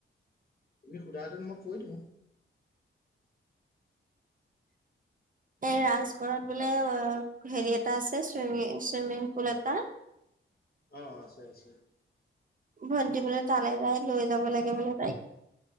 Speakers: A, on the left; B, on the right.
A: তুমি সোধাতে মই কৈ দিওঁ।
B: এই ৰাজগড়ত বোলে
A: তাত
B: অ হেৰি এটা আছে চুইমি চুইমিং পুল এটা।
A: অঁ, আছে আছে।
B: ভণ্টি বোলে তালে যাই লৈ যাব লাগে বোলে তাইক।